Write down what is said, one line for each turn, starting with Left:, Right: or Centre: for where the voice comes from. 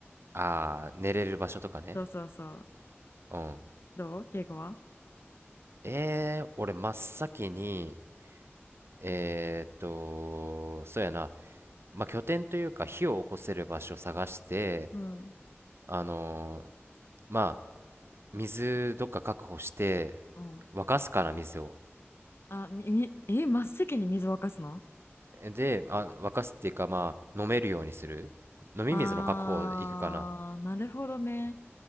Right: あー、寝れる場所とかね。
Left: そうそうそう。
Right: うん。
Left: どう敬語は
Right: えー、俺真っ先に、えーっと、そうやな。まあ、拠点というか火を起こせる場所を探して
Left: うん。
Right: あのーまあ水どっか確保して
Left: うん。
Right: 沸かすから水を
Left: あ、み、み、え、真っ先に水を沸かすの
Right: であ沸かすっていうかまあ飲めるようにする飲み水の確保いくかな
Left: あー、なるほどね。